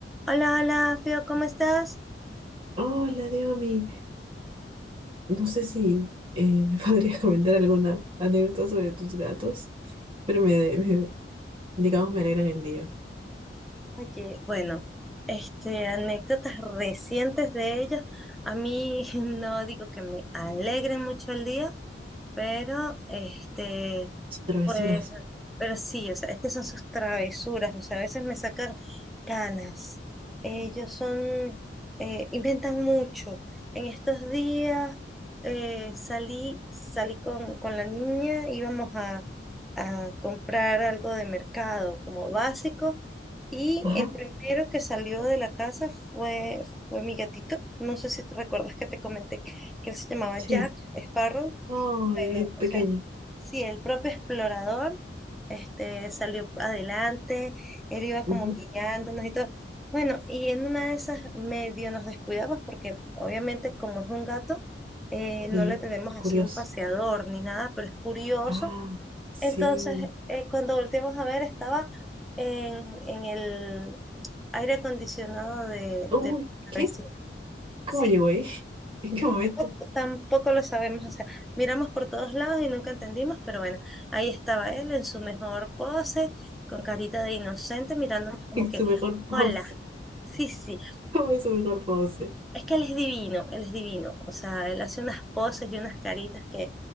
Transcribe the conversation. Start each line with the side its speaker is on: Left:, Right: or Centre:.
Centre: Hola, hola, Fio, ¿cómo estás?
Right: Hola, Diomi. No sé si eh, me <laughs> podrías comentar alguna anécdota sobre tus gatos, pero me, me- digamos, me alegran el día.
Centre: Oye, bueno, este, anécdotas recientes de ellos. A mí <laughs> no digo que me alegren mucho el día, pero este,
Right: Sus travesuras.
Centre: Pues, pero sí, o sea, es que son sus travesuras, o sea, a veces me sacan canas. Ellos son, eh, inventan mucho. En estos días eh, salí, salí con, con la niña, íbamos a, a comprar algo de mercado como básico, y
Right: Ajá,
Centre: el primero que salió de la casa fue, fue mi gatito. No sé si te recuerdas que te comenté que él se llamaba
Right: sí.
Centre: Jack Sparrow.
Right: Ay,
Centre: Bueno,
Right: el pequeño.
Centre: o sea, sí, el propio explorador este, salió adelante, él iba
Right: Ujú,
Centre: como guiándonos y todo. Bueno, y en una de esas medio nos descuidamos porque obviamente como es un gato, eh, no
Right: Sí,
Centre: le tenemos así
Right: curioso.
Centre: un paseador ni nada, pero es curioso.
Right: Ah, sí.
Centre: Entonces, eh, cuando volteamos a ver, estaba en, en el aire acondicionado de,
Right: Uy,
Centre: de la
Right: ¿qué?
Centre: vecina. Sí,
Right: ¿Cómo llegó ahí? <laughs> ¿En qué momento?
Centre: Tampoco, tampoco lo sabemos, hacer miramos por todos lados y nunca entendimos, pero bueno, ahí estaba él en su mejor pose, con carita de inocente, mirándonos como
Right: En
Centre: que,
Right: su mejor pose.
Centre: hola, sí, sí,
Right: <laughs> ¿Cómo en su mejor pose?
Centre: es que él es divino, él es divino, o sea, él hace unas poses y unas caritas que,